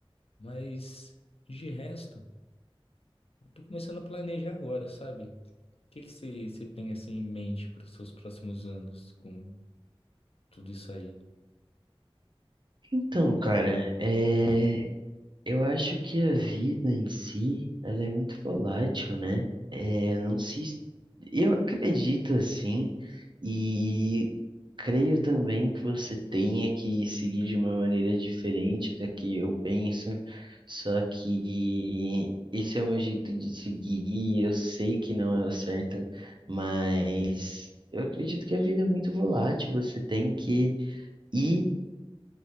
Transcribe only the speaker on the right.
Então, cara, é... Eu acho que a vida em si, ela é muito volátil, né? É, não se, es- eu acredito assim e creio também que você tenha que seguir de uma maneira diferente da que eu penso. Só que esse é o meu jeito de seguir. e Eu sei que não é o certo, mas eu acredito que a vida é muito volátil. Você tem que ir